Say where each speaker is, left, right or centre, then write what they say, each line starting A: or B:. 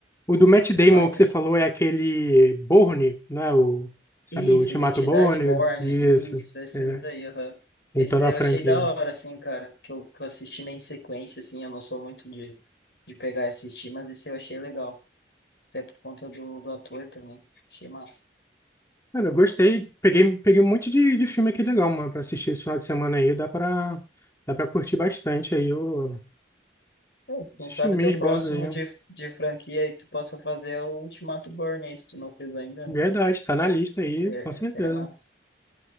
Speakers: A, on the left; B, on the left.
A: O do Matt
B: Pessoal,
A: Damon
B: entre
A: que você
B: aspas.
A: falou é aquele Bourne, né? O, sabe,
B: Isso,
A: o Ultimato
B: Identidade
A: Bourne.
B: Born,
A: Isso.
B: isso, esses
A: É,
B: aí, aham.
A: em
B: Esses
A: toda
B: eu
A: a franquia.
B: achei da hora, assim, cara, que eu, que eu assisti meio em sequência, assim, eu não sou muito de, de pegar e assistir, mas esse eu achei legal, até por conta do, do ator também, achei massa.
A: Cara, eu gostei. Peguei, peguei um monte de, de filme aqui legal, mano, pra assistir esse final de semana aí. Dá pra, dá pra curtir bastante aí o-
B: É, Quem
A: esses
B: sabe
A: filminhos
B: o teu
A: bons
B: próximo
A: aí.
B: de, de franquia aí que tu possa fazer é o Ultimato Born, se tu não fez ainda,
A: Verdade,
B: né?
A: tá na
B: Esse,
A: lista aí,
B: esse, é,
A: com certeza.
B: esse é massa.